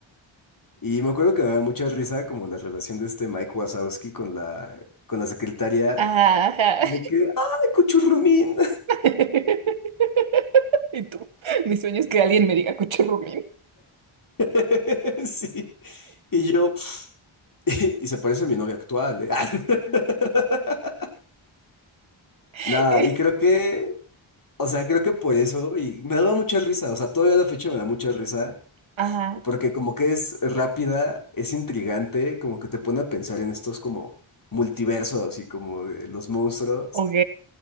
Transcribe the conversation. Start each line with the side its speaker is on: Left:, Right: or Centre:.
Left: Y me acuerdo que me daba mucha risa como la relación de este Mike Wazowski con la, con la secretaria
Right: Ajá, ajá.
Left: De que, ¡ay, cuchurrumín!
Right: <laughs> Y tú, mi sueño es que alguien me diga Cochorrumín.
Left: <laughs> Sí. Y yo, <laughs> y se parece a mi novia actual, ¿eh? <laughs>
Right: <laughs>
Left: Nada, y creo que, o sea, creo que por eso, y me daba mucha risa, o sea, todavía a la fecha me da mucha risa,
Right: Ajá,
Left: porque como que es rápida, es intrigante, como que te pone a pensar en estos como multiversos y como de los monstruos.
Right: ok.